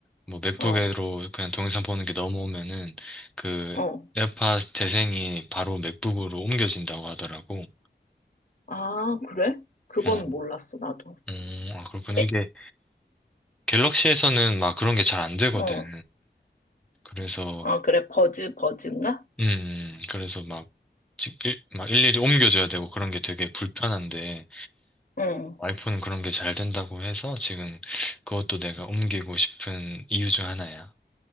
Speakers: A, in the centre; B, on the left.
A: 뭐 맥북으로
B: 어,
A: 그냥 동영상 보는 게 넘어오면은 그
B: 어.
A: 에어팟 재생이 바로 맥북으로 옮겨진다고 하더라고.
B: 아, 그래? 그건
A: 어,
B: 몰랐어, 나도.
A: 음, 아, 그렇구나.
B: 예,
A: 이게 갤럭시에서는 막 그런 게 잘 안 되거든.
B: 어,
A: 그래서,
B: 어, 그래. 버즈, 버즈인가?
A: 음, 음, 그래서 막, 지- 일, 막 일일이 옮겨줘야 되고 그런 게 되게 불편한데
B: 응.
A: 아이폰은 그런 게 잘 된다고 해서 지금 그것도 내가 옮기고 싶은 이유 중 하나야.